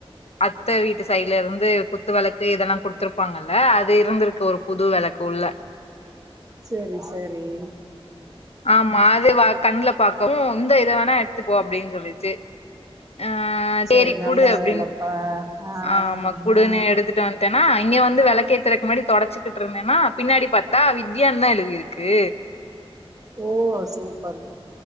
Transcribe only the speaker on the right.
செரி செரி
சரி
நல்ல
வேலப்பா. ஆ,
ஆ.
ஓ சூப்பர்